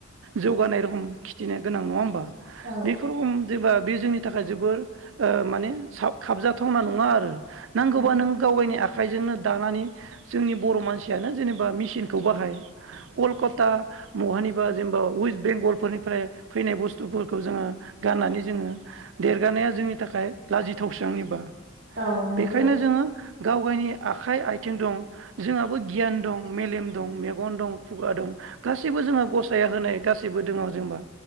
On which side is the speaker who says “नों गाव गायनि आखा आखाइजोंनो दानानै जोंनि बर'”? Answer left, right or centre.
Right